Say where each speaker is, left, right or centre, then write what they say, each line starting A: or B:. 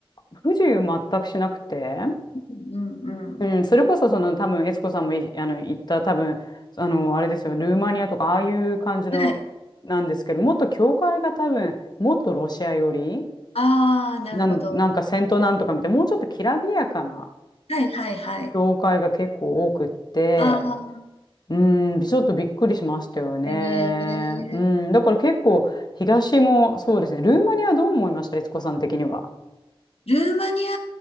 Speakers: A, on the left (about 45°); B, on the left (about 90°).
A: 不自由全くしなくて。
B: ー、うん、うん。うん
A: うん、それこそその多分悦子さんもいあの言った多分あのあれですよルーマニアとかああいう感じのなんですけどもっと教会が多分もっとロシア寄り
B: はい。ああ、なるほど。
A: なんなんかセントなんとかみたいなもうちょっときらびやかな
B: はい、はい、はい。
A: 教会が結構多くって
B: ああ、
A: うんちょっとびっくりしましたよねうんだから結構東もそうですねルーマニアどう思いました悦子さん的には
B: えー、ルーマニア